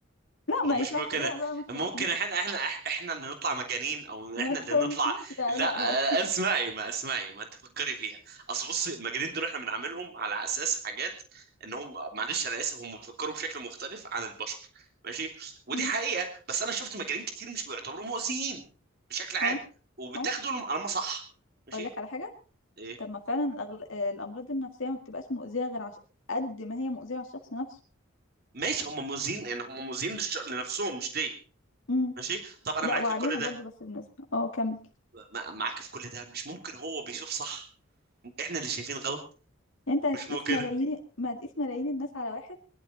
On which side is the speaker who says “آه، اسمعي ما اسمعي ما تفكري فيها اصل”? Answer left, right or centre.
Right